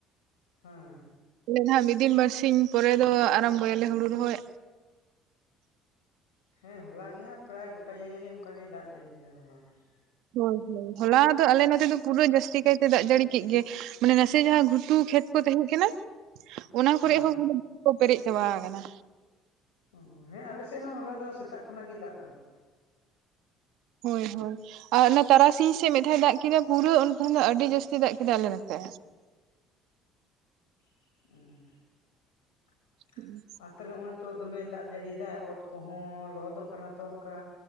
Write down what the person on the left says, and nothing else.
ᱦᱩᱸ ᱦᱩᱸ
ᱦᱮᱸ ᱦᱚᱞᱟ ᱜᱮ ᱦᱟᱸᱜ ᱯᱟᱨᱟᱭ ᱜᱚᱴᱟ ᱡᱟᱭᱜᱟ ᱜᱮ ᱚᱸᱠᱟ ᱜᱮ ᱫᱟᱜ ᱡᱟᱹᱲᱤ ᱠᱮᱫᱟᱭ ᱦᱚᱞᱟ ᱦᱚᱸ ᱾
ᱦᱮᱸ
ᱚᱦᱚᱸ ᱦᱮᱸ ᱟᱞᱮᱥᱮᱫ ᱦᱚᱸ ᱦᱚᱞᱟ ᱫᱚ ᱥᱮᱛᱟᱜ ᱠᱷᱚᱱᱟᱜ ᱜᱮ ᱫᱟᱜ ᱟᱠᱟᱫᱟ᱾
ᱩᱦ᱾
ᱟᱥᱚᱞ ᱱᱚᱜ ᱛᱚ ᱫᱚᱢᱮ ᱫᱟᱜ ᱡᱟᱹᱲᱤ ᱮᱫᱟᱭ ᱚᱛ ᱠᱚᱦᱚᱸ ᱞᱚᱦᱚᱫᱚᱜ ᱠᱟᱱᱟ ᱛᱚ ᱚᱸᱠᱟ,